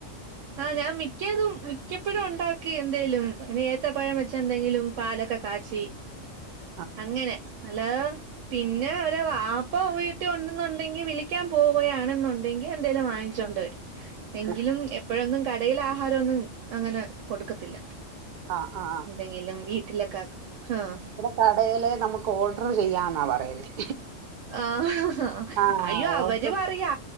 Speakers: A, on the right; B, on the right.
A: ആഹ് ഞാൻ മിക്കതും മിക്കപ്പഴും ഒണ്ടാക്കി എന്തേലും ഇനി ഏത്തപ്പഴം വെച്ച് എന്തെങ്കിലും പാലൊക്കെ കാച്ചി
B: <unintelligible>
A: അങ്ങനെ ഹലോ പിന്നെ ഒരു വാപ്പ വീട്ടി ഒണ്ടെന്നുണ്ടെങ്കി വിളിക്കാൻ പോവുകയാണെന്നുണ്ടെങ്കിൽ എന്തേങ്കലും വാങ്ങിച്ചോണ്ട് വരും
B: <inaudible>
A: എങ്കിലും എപ്പഴൊന്നും കടേൽ ആഹാരം ഒന്നും അങ്ങനെ കൊടുക്കത്തില്ല
B: ആ ആ ആ
A: എന്തെങ്കിലും വീട്ടിലൊക്കെ ആഹ്
B: കടേലെ നമുക്ക് ഓഡറു ചെയ്യാംന്നാ പറയുന്നേ
A: ആഹ്
B: ആ
A: അയ്യോ
B: ഓർഡർ
A: അവര് പറയാ